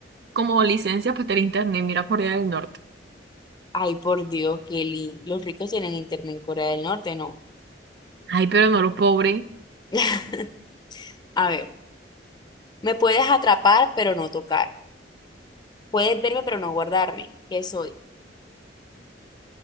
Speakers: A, on the right; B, on the left.
A: como licencia para tener internet. Mira Corea del Norte.
B: Ay, por Dios, Kelly. Los ricos tienen internet en Corea del Norte, ¿no?
A: Ay, pero no los pobres.
B: <laughs> A ver, me puedes atrapar, pero no tocar. Puedes verme, pero no guardarme. ¿Qué soy?